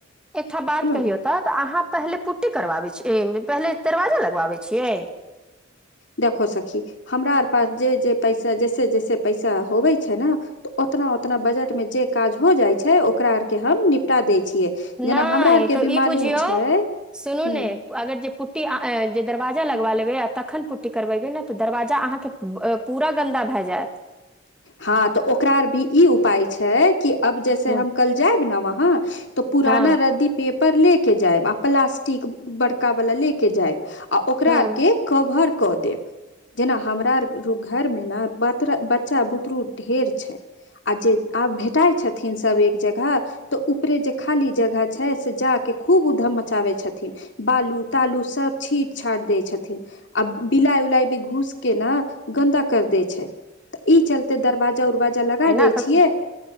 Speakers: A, in the centre; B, on the left.
A: एकटा बात कहियौ
B: ने
A: तऽ तऽ अहाँ पहिले पुट्टी करबाबे छिय पहिले दरवाजा लगबाबे छियै
B: देखो सखी हमरा आर पास जे जे पैसा जैसे जैसे पैसा होबे छै ने तऽ ओतना ओतना बजट मे जे काज हो जाइ छै ओकरा आर के हम निप टा दै छियै जेना
A: नहि
B: हमरा आर के
A: तऽ
B: भी
A: ई
B: मालूम
A: बुझियौ
B: छै हु
A: सुनू ने अगर जे पुट्टी जे दरवाजा लगबा लेबै आ तखन पुट्टी करबेबै ने तऽ दरवाजा अहाँके पूरा गन्दा भए जायत
B: हँ तऽ ओकरा <unintelligible> ई उपाय छै कि अब जैसे
A: हँ
B: हम कल जायब ने वहाँ तो पुराना
A: हँ
B: रद्दी पेपर ले के जायब आ प्लास्टिक बड़का वाला ले के जायब आ ओकरा
A: हूँ
B: आर के कवर कर देब जेना हमरा घर मे ने बत बच्चा बुतरू ढेर छै आ जे आब भेटाइ छथिन सब एक जगह तऽ ऊपरे जे खाली जगह छै से जा के खूब उधम मचाबै छथिन बालू तालू सब छीट छाट दै छथिन आ बिलाइ उलाई भी घूस के न गन्दा कर देै छै तऽ ई चलते दरवाजा उरवाजा लगा
A: एना
B: दै
A: तऽ
B: छियै